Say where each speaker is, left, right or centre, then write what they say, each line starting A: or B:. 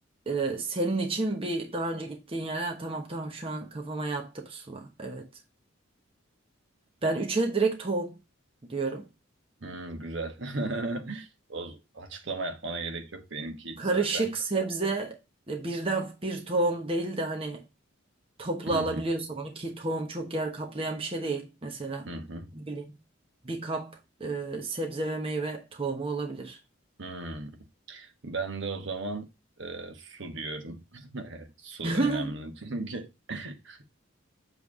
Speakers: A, on the right; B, on the right.
A: e, senin için bir daha önce gittiğin yere "Ha, tamam tamam şu an kafama yattı pusula. Evet. Ben 3'e direkt tohum diyorum.
B: Hmm, güzel. <laughs> O açıklama yapmana gerek yok. Benimkiydi
A: Karışık
B: zaten.
A: sebze e, birden bir tohum değil de hani Toplu
B: Hı
A: alabiliyorsam
B: hı,
A: onu ki tohum çok yer kaplayan bir şey değil mesela.
B: hı hı,
A: Ne bileyim. Bir kap e, sebze ve meyve tohumu olabilir.
B: hı. Ben de o zaman e, su diyorum. <laughs> Su
A: <laughs>
B: önemli çünkü. <laughs>